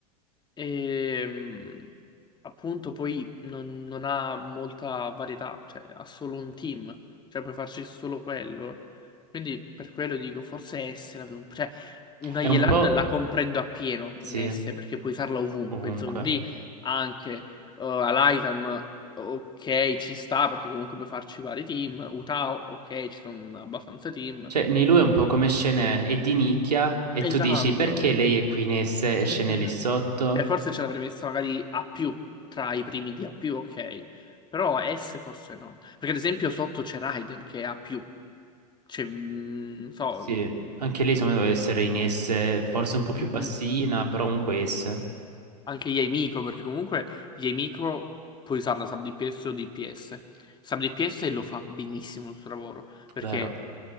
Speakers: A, on the left; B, on the right.
A: E mh, appunto poi non, non ha molta varietà, cioè ha solo un team, cioè puoi farci solo quello. Quindi per quello dico forse S la vedo- cioè una
B: È
A: Yelan
B: un po',
A: la comprendo appieno
B: sì,
A: in S perché puoi usarla ovunque,
B: ovunque.
A: Zhongli anche, eh, Alaitam ok ci sta perché comunque puoi farci vari team, Utao ok ci sono abbastanza team.
B: Cioè, Nilou è un po' come scene, è di nicchia e
A: Esatto.
B: tu dici perché lei è qui in esse e scene
A: Mhm.
B: lì sotto?
A: Cioè, forse ce l'avrei messa magari A più, tra i primi di A più, ok. Però S forse no. Perché ad esempio sotto c'è Raiden che è A più. C'è, mm, non so,
B: Sì, anche lei secondo me deve essere in esse, forse un po' più
A: mm, mm,
B: bassina, però comunque esse,
A: anche Yamiko, perché comunque Yamiko puoi usarla sub DPS o DPS. Sub DPS lo fa benissimo il suo lavoro, perché
B: vero?